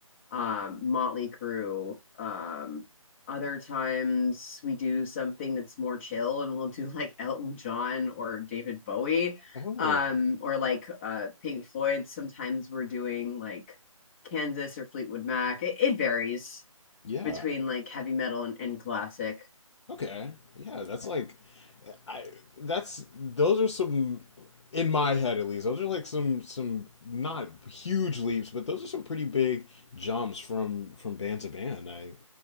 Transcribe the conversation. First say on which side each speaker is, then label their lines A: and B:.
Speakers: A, on the left; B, on the left.
A: um Motley Crue. Um other times we do something that's more chill and we'll do like Elton John or David Bowie.
B: Oh,
A: Um or like uh Pink Floyd. Sometimes we're doing like Kansas or Fleetwood Mac. It, it varies
B: Yeah,
A: between like heavy metal and, and classic.
B: Okay. Yeah, that's like I that's those are some in my head at least. Those are like some some not huge leaps, but those are some pretty big jumps from from band to band. I